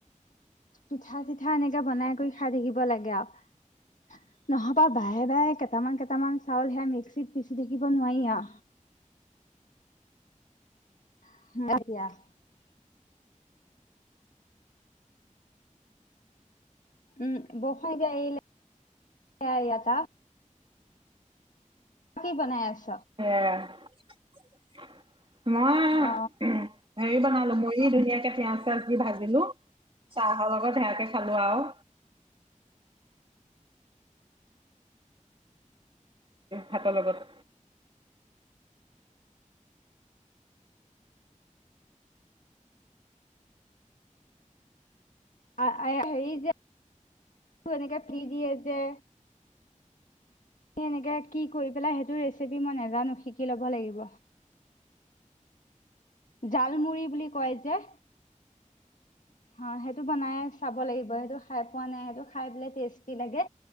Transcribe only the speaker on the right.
<unintelligible> <inaudible> মই
উ হেৰি বনালো মইয় ধুনীয়াকে পিয়ঁয়াজ চিয়য়াজ দি ভাজিলো চাহৰ লগত সেয়াকে খালো আৰু ভাতৰ লগত